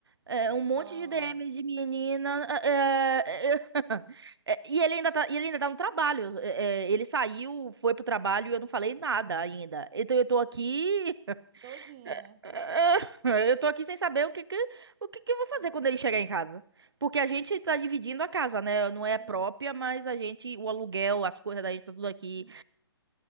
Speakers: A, on the right; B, on the right.
A: é, um monte
B: Nossa.
A: de DM de menina. é, é, <laughs> é, e ele ainda tá, e ele ainda tá no trabalho. é, é, ele saiu, foi pro trabalho e eu não falei nada ainda. Então eu tô aqui. <laughs>
B: Doidinha, né?
A: é, Eu tô aqui sem saber o que que, o que que eu vou fazer quando ele chegar em casa. Porque a gente tá dividindo a casa, né? Não é
B: Uhum.
A: própria, mas a gente, o aluguel, as coisas da gente, tá tudo aqui.